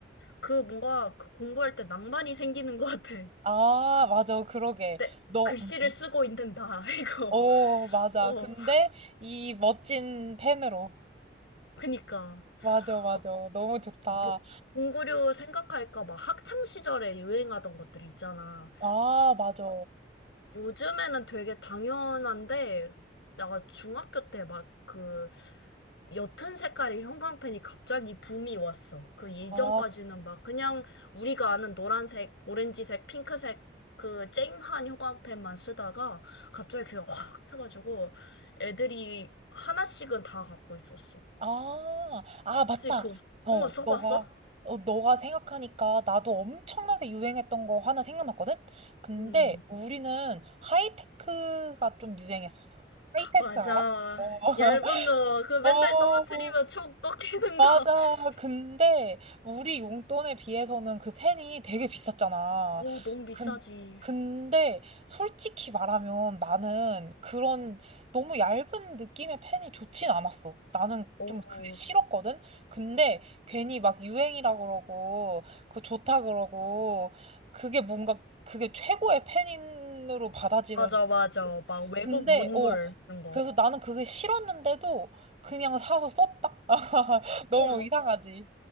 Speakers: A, on the left; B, on the right.
A: 그 뭔가 그 공부할 때 낭만이 생기는 것 같아.
B: 아, 맞아. 그러게.
A: 내
B: 너,
A: 글씨를
B: 음.
A: 쓰고 있는 나, <laughs> 이거.
B: 오, 맞아.
A: 어,
B: 근데 이 멋진 펜으로.
A: 그니까.
B: 맞아, 맞아.
A: 어,
B: 너무 좋다.
A: 뭐, 공구류 생각할까 막 학창 시절에 유행하던 것들 있잖아.
B: 아, 맞아.
A: 요즘에는 되게 당연한데, 내가 중학교 때 막 그 옅은 색깔의 형광펜이 갑자기 붐이 왔어. 그 이전까지는
B: 아, 그-
A: 막 그냥 우리가 아는 노란색, 오렌지색, 핑크색 그 쨍한 형광펜만 쓰다가 갑자기 그게 확 해가지고 애들이 하나씩은 다 갖고 있었어.
B: 아, 아, 맞다.
A: 혹시 그,
B: 어,
A: 응, 써봤어?
B: 너가, 어, 너가 생각하니까 나도 엄청나게 유행했던 거 하나 생각났거든? 근데
A: 음,
B: 우리는 하이테크가 좀 유행했었어. 하이테크
A: 맞아.
B: 알아? 어. <laughs>
A: 얇은 거, 그 맨날
B: 어.
A: 떨어뜨리면 총 꺾이는
B: 맞아.
A: 거. <laughs>
B: 근데 우리 용돈에 비해서는 그 펜이 되게 비쌌잖아.
A: 오, 너무 비싸지.
B: 근, 근데 솔직히 말하면 나는 그런 너무 얇은 느낌의 펜이 좋진 않았어. 나는
A: 오,
B: 좀 그게 싫었거든. 근데 괜히 막 유행이라 그러고 그거 좋다 그러고 그게 뭔가 그게 최고의 펜으로 받아들여지.
A: 맞아, 맞아. 막 외국
B: 근데
A: 문물
B: 어
A: 이런 거.
B: 그래서 나는 그게 싫었는데도 그냥 사서 썼다. <laughs> 너무
A: 어, 뭐,
B: 이상하지.